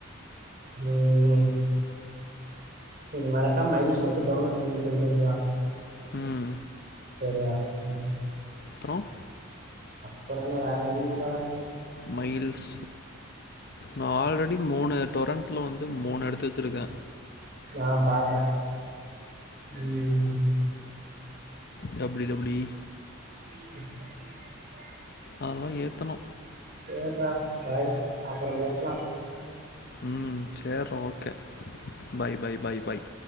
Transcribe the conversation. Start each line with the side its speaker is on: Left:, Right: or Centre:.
Right: ம் செரி மறக்காம மைல்ஸ் மட்டு டவுன்லோட் பண்ணிட் வந்துர்றா
Left: ம்
Right: சேரியா ம்
Left: அப்புறம்
Right: அப்பறென்ன வேற ஒன்னுமில்லடா
Left: மைல்ஸ் நா ஆல்ரடி மூணு டொரன் ட்ல வந்து மூணு எடத்து வச்சிருக்க
Right: ஆம் பாத்த ம்
Left: டபுள்யு டபுள்யு இ
Right: ம்
Left: அதல்லா ஏத்தனு
Right: சேர்ரா பாய் அப்பறம் பேசலா
Left: ம் சேர்ரா ஓகே பாய் பாய் பாய் பாய்